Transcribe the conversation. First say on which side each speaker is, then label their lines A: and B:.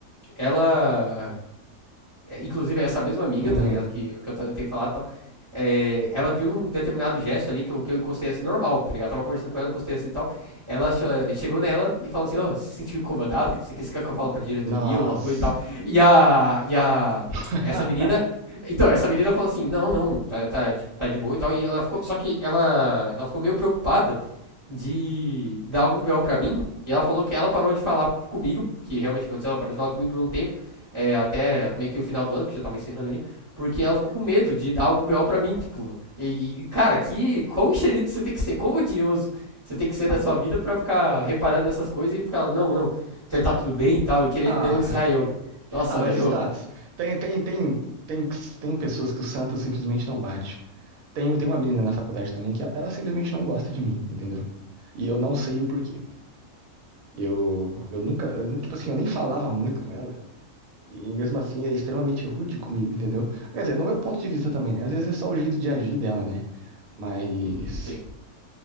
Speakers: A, on the right (about 25°); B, on the right (about 70°).
A: ela. é, Inclusive, é essa mesma amiga,
B: hum.
A: tá ligado? Que, que eu, ta- eu tenho falado e tal. é, ela viu um determinado gesto ali que eu, que eu encostei assim, normal, tá ligado? Eu tava conversando com ela, encostei assim e tal. Ela cho- chegou nela e falou assim: Ó, se sentiu incomodado, que não sei o que, você quer que eu falo pra diretoria,
B: Nossa.
A: alguma coisa e tal. E a. E a.
B: <laughs>
A: Essa menina. Então, essa menina falou assim: Não, não, tá, tá, tipo, tá de boa e tal. E ela ficou. Só que ela, ela ficou meio preocupada de dar algum BO pra mim. E ela falou que ela parou de falar comigo, que realmente aconteceu, ela parou de falar comigo por um tempo é, até meio que o final do ano, porque já tava encerrando ali, porque ela ficou com medo de dar algum B.O. pra mim, tipo. E, e, cara, que. Quão enxerido você tem que ser? Quão odioso você tem que ser da sua vida pra ficar reparando nessas coisas e ficar, não, não, você tá tudo bem e tal, e querer
B: Ah,
A: denunciar eu. Nossa,
B: ah, mas
A: velho.
B: status.
A: ô.
B: Tem, tem, tem, tem, tem pessoas que o Santos simplesmente não bate. Tem, tem uma menina na faculdade também que ela, ela simplesmente não gosta de mim, entendeu? E eu não sei o porquê. Eu, eu nunca, eu, tipo assim, eu nem falava muito com ela. E mesmo assim é extremamente rude comigo, entendeu? Quer dizer, no meu ponto de vista também, né? Às vezes é só o jeito de agir dela, né? Mas,
A: Sim, sim.